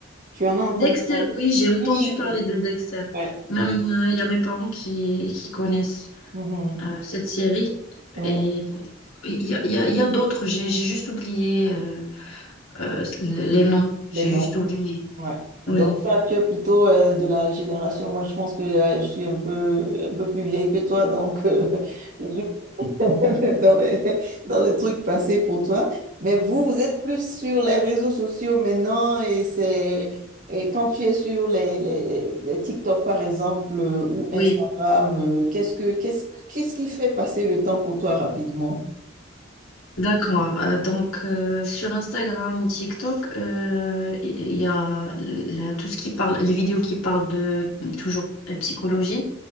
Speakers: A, on the right; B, on the left.
A: Tu en as entendu
B: Dexter,
A: parler?
B: oui, j'ai entendu
A: Oui.
B: parler de Dexter.
A: Ouais.
B: Même, euh, il y a mes parents qui, qui connaissent
A: Mhm.
B: euh, cette série.
A: Ouais.
B: Et il y a, il y a- il y a d'autres. J'ai j'ai juste oublié euh, euh, les noms. J'ai
A: Les noms.
B: juste oublié.
A: Ouais. Donc,
B: Oui,
A: toi, tu es plutôt euh, de la génération. Moi, je pense que euh, je suis un peu, un peu plus vieille que toi. Donc, euh, <laughs> je- <laughs> dans les, dans les trucs passés pour toi. Mais vous, vous êtes plus sur les réseaux sociaux maintenant. Et c'est et quand tu es sur les, les, les TikTok, par exemple, euh, ou
B: oui.
A: Instagram, euh, qu'est-ce que, qu'est-ce, qu'est-ce qui fait passer le temps pour toi rapidement?
B: D'accord. Euh, donc, euh, sur Instagram ou TikTok, euh, il y a la- tout ce qui parle, les vidéos qui parlent de toujours euh, psychologie,